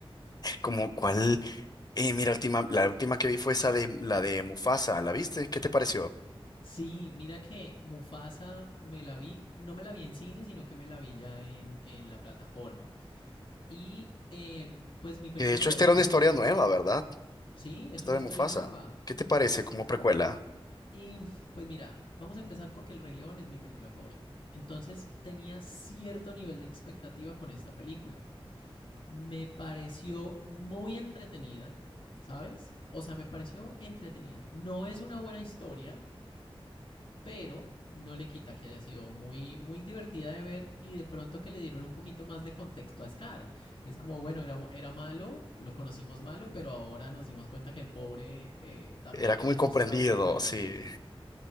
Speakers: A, on the left (about 45°); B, on the left (about 65°).
A: como cuál, eh, mira, última, la última que vi fue esa de la de Mufasa, ¿la viste? ¿Qué te pareció?
B: Sí, mira que Mufasa me la vi, no me la vi en cine, sino que me la vi ya en, en la plataforma. Y em, pues mi película
A: Que de hecho
B: favorita
A: esta era una
B: es
A: historia
B: El Rey León.
A: nueva, ¿verdad?
B: Sí, es
A: Esta
B: una
A: de
B: historia
A: Mufasa,
B: nueva.
A: ¿qué te parece como precuela?
B: Y pues mira, vamos a empezar porque El Rey León es mi película favorita. Entonces tenía cierto nivel de expectativa con esta película. Me pareció muy entretenida, ¿sabes? O sea, me pareció entretenida. No es una buena historia, pero no le quita que haya sido muy, muy divertida de ver y de pronto que le dieron un poquito más de contexto a Scar. Es como, bueno, era, era malo, lo conocimos malo, pero ahora nos dimos cuenta que el pobre eh, también
A: Era
B: tenía
A: como incomprendido,
B: sus traumas de la niñez.
A: sí.